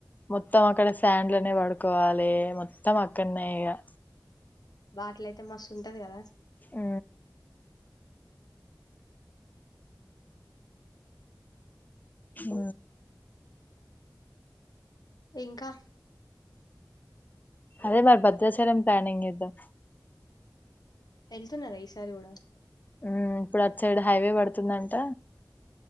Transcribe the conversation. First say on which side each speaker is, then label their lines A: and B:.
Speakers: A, on the left; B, on the left.
A: మొత్తం అక్కడ శాండ్లనే పడుకోవాలి మొత్తం అక్కడనే ఇగ.
B: వాటిల అయితే మస్తు ఉంటుది కదా.
A: అ ఊ
B: ఇంకా
A: అదే మరి భద్రాచాలం ప్లానింగ్ ఏద్దాం.
B: వెళ్తున్నారా ఈసారి కూడా
A: ఆ ఇప్పుడు అటు సైడ్ హైవే పడుతుందంట.